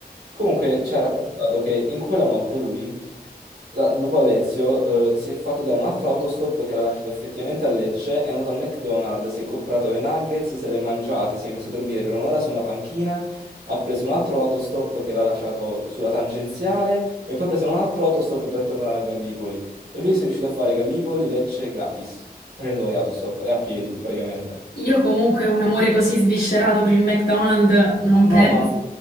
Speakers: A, on the right; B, on the left.
A: Comunque ci ha raccontato che in quella notte lui, la- dopo Alezio, eh, si è fatto dare un altro autostop che l'ha lasciato effettivamente a Lecce, è andato al McDonald's, si è comprato le nuggets, se le è mangiate, si è messo a dormire per un'ora su una panchina, ha preso un altro autostop che l'ha lasciato sulla tangenziale e poi ha preso un altro autostop per tornare a Gallipoli. E lui si è riuscito a fare Gallipoli-Lecce gratis, facendo gli autostop e a piedi praticamente.
B: io comunque un amore così sviscerato per il McDonald's non
A: No,
B: penso.
A: ma